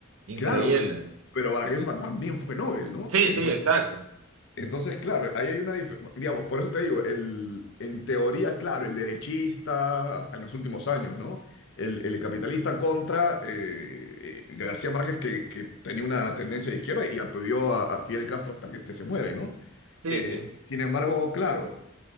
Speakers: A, on the right (about 75°); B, on the left (about 60°).
A: increíble.
B: Claro, pero, pero Vargas Llosa también fue Nobel, ¿no?
A: Sí,
B: Entonces,
A: sí, exacto.
B: Entonces, claro, ahí hay una diferencia, digamos, por eso te digo, el, en teoría, claro, el derechista en los últimos años, ¿no? El, el capitalista contra eh, eh, García Márquez, que, que tenía una tendencia de izquierda y apoyó a, a Fidel Castro hasta que este se muere, ¿no?
A: Sí,
B: Eh,
A: sí.
B: sin embargo, claro,